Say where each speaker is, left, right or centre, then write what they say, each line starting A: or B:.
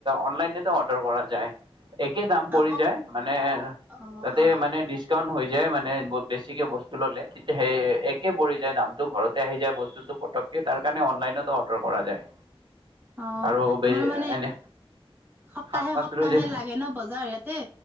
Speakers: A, on the right; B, on the right.
A: অনলাইনেতো অৰ্ডাৰ কৰা যায় একে দাম
B: অ
A: পৰি যায় মানে
B: অ অ
A: তাতে মানে হৈ যায় মানে বেছিকে বস্তু ল'লে তেতিয়া সেই একে পৰি যায় দাম টো ঘৰতে আহি যায় বস্তুতটো পতককে তাৰ কাৰণে অনলাইনতো অৰ্ডাৰ কৰা যায়
B: অ
A: আৰু বে
B: আমাৰ মানে
A: এনে
B: সপ্তাহে
A: শাক পাচলি
B: সপ্তাহে লাগে ন বজাৰ ইয়াতে